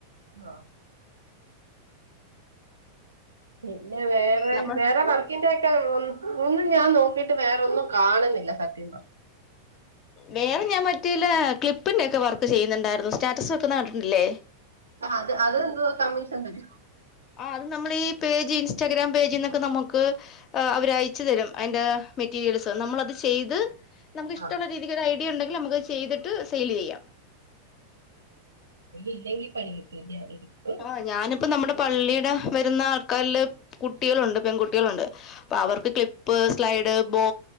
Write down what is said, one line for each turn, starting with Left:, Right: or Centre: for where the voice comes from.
Right: ആഹ പിന്നെ വേറെ
Left: നമ്മൾ
Right: വേറെ വർ ക്കിന്റെ ഒക്കെ ഒന്നും ഞാൻ നോക്കിയിട്ട് വേറൊന്നും കാണുന്നില്ല സത്യം പറ
Left: വേറെ ഞാൻ മറ്റേല്ല ക്ലിപ്പിന്റെറെ ഒക്കെ വർക്ക് ചെയ്യുന്നുണ്ടായിരുന്നു സ്റ്റാറ്റസ് വെക്കുന്ന കണ്ടിട്ടില്ലേ
Right: ആഹ അത് അതെന്തുവാ കമ്മീഷൻ വരും
Left: ആഹ അത് നമ്മൾ ഈ പേജ് ഇൻസ്റ്റാഗ്രാം പേജിൽ നിന്നൊക്കെ നമുക്ക് അവര്യച്ചു തരും അതിന്റെ മെറ്റീരിയൽസ് നമ്മളത് ചെയ്ത് നമുക്ക്ഷ്ടമുള്ള
Right: ആ
Left: രീതിയില ഒരു ഐഡിയ ഉണ്ടെങ്കിൽ നമുക്ക്ത് ചെയ്തിട്ട് സെയിൽ ചെയ്യാം
Right: ഇല്ലെങ്കി പണി കട്ട <unintelligible>
Left: ആഹ ഞാനിപ്പ നമ്മുടെ പള്ളിയുടെ വരുന്ന ആൾക്കാരില് കുട്ടികളുണ്ട് പെൺകുട്ടികളുണ്ട് അഹ അവർക്ക് ക്ലിപ്പേ സ്ലൈഡ് ബോ